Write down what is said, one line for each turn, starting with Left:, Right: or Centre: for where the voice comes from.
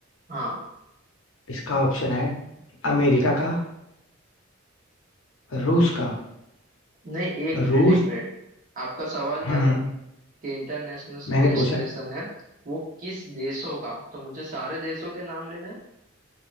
Right: हाँ
Left: इसका ऑप्शन है अमेरिका का रूस का
Right: नहीं एक मिनट
Left: रूस
Right: एक मिनट आपका सवाल
Left: हम्म
Right: क्या था कि इंटरनेशनल स्पेस
Left: मैंने पूछा
Right: स्टेशन है वो किस देशों का तो मुझे सारे देशों के नाम लेने हैं